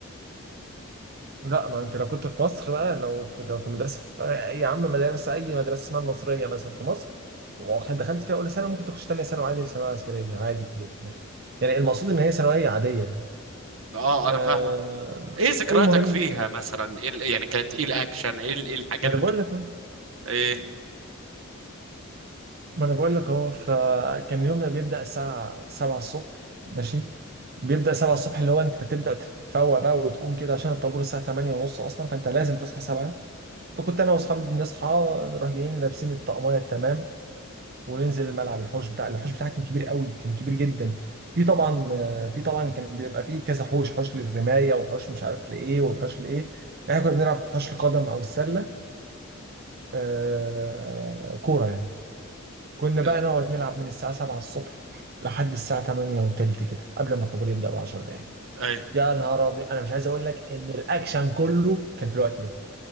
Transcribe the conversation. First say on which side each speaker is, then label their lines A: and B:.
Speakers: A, on the right; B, on the right.
A: لا ما انت لو كنت في مصر بقى لو في لو في مدرسه في اي يا عم مدرسه اي مدرسه اسمها النصريه مثلا في مصر وكنت دخلت فيها اولى ثانوي ممكن تخش ثانيه ثانوي عادي الثانويه العسكريه دي عادي جدا يعني يعني المقصود ان هي ثانويه عاديه يعني
B: اه انا
A: آه
B: فاهمك ايه ذكرياتك
A: المهم
B: فيها مثلا ايه ال- يعني كانت ايه الاكشن ايه ال- إيه الحاجه
A: ما
B: اللي
A: انا بقول
B: انتوا كنت-
A: لك اهو
B: ايه
A: ما انا بقول لك اهو فكان يومنا بيبدا الساعه 7 الصبح ماشي بيبدا 7 الصبح اللي هو انت تبدا تتفوق بقى وتقوم كده عشان الطابور الساعه 8 ونص اصلا فانت لازم تصحى 7 فكنت انا واصحابي بنصحى نروح جايين لابسين الطقميه التمام وننزل الملعب الحوش بتاع الحوش بتاعها كان كبير قوي كان كبير جدا في طبعا آه، في طبعا كان بيبقى فيه كذا حوش حوش للرمايه وحوش مش عارف لايه وحوش لايه يعني احنا كنا بنلعب في حوش القدم او السله آه، كوره يعني كنا بقى
B: آه.
A: نقعد نلعب من الساعه 7 الصبح لحد الساعه 8 وتلت كده قبل ما الطابور يبدا ب 10 دقائق
B: ايوه
A: يا نهار ابيض انا مش عايز اقول لك ان الاكشن كله كان في الوقت ده